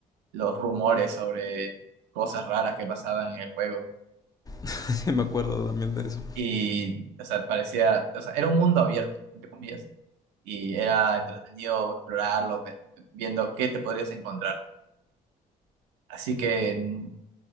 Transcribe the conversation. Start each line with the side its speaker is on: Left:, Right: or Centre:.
Right: los rumores sobre cosas raras que pasaban en el juego.
Left: <laughs> sí me acuerdo también de eso.
Right: Y, o sea, parecía, o sea, era un mundo abierto, entre comillas y era entretenido explorarlo, ve- viendo qué te podrías encontrar. Así que, mm,